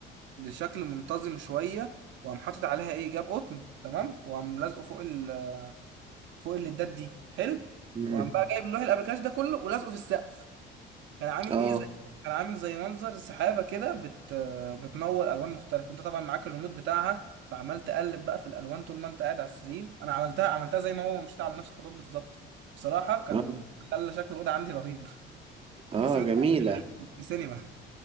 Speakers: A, on the right; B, on the right.
A: بشكل منتظم شويه وقام حاطط عليها ايه جاب قطن تمام وقام لازقه فوق ال... فوق الليدات دي حلو
B: مم.
A: وقام بقى جايب لوح الابيكاش ده كله ولازقه في السقف كان عامل
B: اه
A: ايه زي كان عامل زي منظر سحابه كده بت... بتنور الوان مختلفه وانت طبعا معاك الريموت بتاعها فعمال تقلب بقى في الالوان طول ما انت قاعد على السرير انا عملتها عملتها زي ما هو مشيت على نفس الخطوات بالظبط بصراحه كان
B: اه
A: خلى شكل الاوضه عندي رهيب
B: اه
A: تحس ان انت
B: جميلة
A: قاعد في السينما